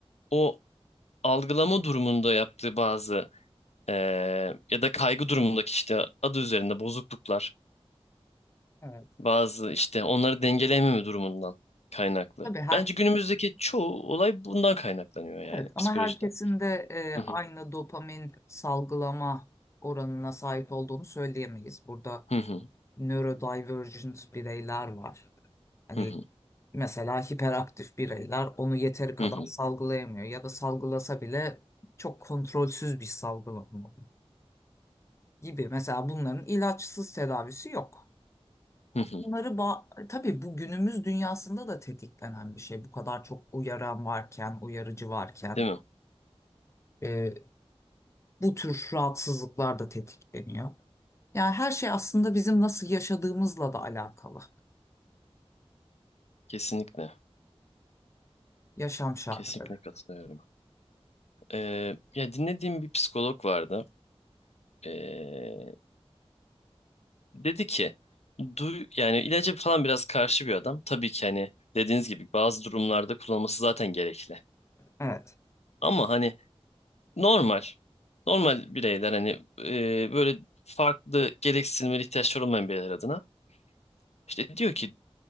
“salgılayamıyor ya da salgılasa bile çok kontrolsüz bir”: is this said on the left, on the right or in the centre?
Left